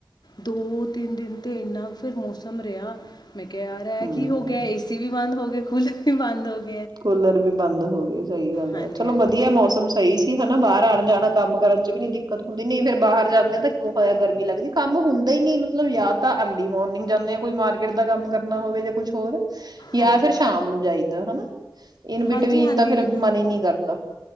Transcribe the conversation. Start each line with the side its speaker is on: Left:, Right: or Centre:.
Left: ਦੋ ਤਿੰਨ ਦਿਨ ਤੇ ਇੰਨਾ ਫਿਰ ਮੌਸਮ ਰਿਹਾ। ਮੈਂ ਕਿਹਾ ਯਾਰ
Right: ਹੂੰ
Left: ਇਹ ਕੀ ਹੋ ਗਿਆ ਏਸੀ ਵੀ ਬੰਦ ਹੋ ਗਏ। ਸਕੂਲ ਵੀ ਬਦ ਹੋ ਗਿਆ।
Right: ਕੂਲਰ ਵੀ ਬੰਦ ਹੋ ਗਏ ਸਹੀ ਗੱਲ
Left: ਹਾਂਜੀ
Right: ਆ ਚਲੋ
Left: ਹਾਂਜੀ
Right: ਵਧੀਆ ਮੌਸਮ ਸਹੀ ਸੀ ਹਨਾ ਬਾਹਰ ਆਉਣ ਜਾਣਾ। ਕੰਮ ਕਰਨ ਚ ਵੀ ਨੀ ਦਿੱਕਤ ਹੁੰਦੀ ਨਹੀਂ ਫੇਿਰ ਬਾਹਰ ਜਾਂਦੇ ਆ ਤਾਂਇਆ ਗਰਮੀ ਲੱਗਦੀ ਕੰਮ ਹੁੰਦਾ ਹੀ ਨੀ ਮਤਲਬ ਜਾਂ ਤਾਂ ਅਰਲੀ ਮੋਰਨਿੰਗ ਜਾਂਦੇ ਆ ਕੋਈ ਮਾਰਕੀਟ ਦਾ ਕੰਮ ਕਰਨਾ ਹੋਵੇ ਜਾਂ ਕੁਛ ਹੋਰ। ਜਾਂ
Left: ਹਾਂਜੀ
Right: ਫਿਰ ਸ਼ਾਮ ਨੂੰ ਜਾਈਦਾ ਹਨਾ ਇਨ ਬਿਟਵੀਨ
Left: ਹਾਂਜੀ ਹਾਂਜੀ
Right: ਤਾਂ ਫੇਰ ਮਨ ਹੀ ਨਹੀਂ ਕਰਦਾ